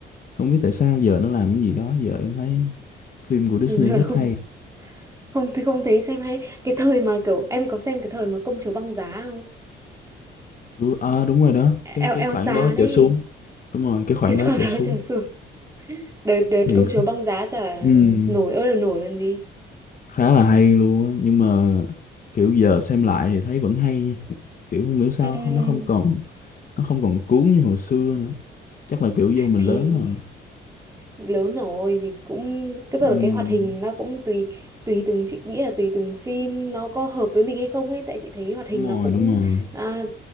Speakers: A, on the left; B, on the right.
A: không biết tại sao giờ nó làm cái gì đó giờ em thấy phim của Disney
B: giờ
A: hết
B: <laughs> không
A: hay
B: không thì không thấy xem hay cái thời mà kiểu em có xem cái thời mà công chúa băng giá không
A: Ừ, à, đúng rồi đó
B: E,
A: cái
B: El-
A: cái
B: Elsa
A: khoảng đó trở
B: đấy
A: xuống đúng rồi cái khoảng
B: cái
A: đó
B: <laughs> con
A: trở
B: đó
A: xuống
B: trở xuống đợt đợt
A: thì
B: công chúa băng giá chả
A: ừm,
B: nổi ơi là nổi còn gì
A: khá là hay luôn á nhưng mà kiểu giờ xem lại thì thấy vẫn hay nha. kiểu không hiểu sao
B: Ừm,
A: nó không còn nó không còn cuốn như hồi xưa nữa chắc là kiểu do mình
B: thì
A: lớn rồi
B: lớn rồi thì cũng cái tức
A: Ừm,
B: là cái hoạt hình nó cũng tùy tùy từng chị nghĩ là tùy từng phim nó có hợp với mình hay không ấy tại chị thấy hoạt hình
A: đúng rồi
B: nó cũng
A: đúng rồi
B: à,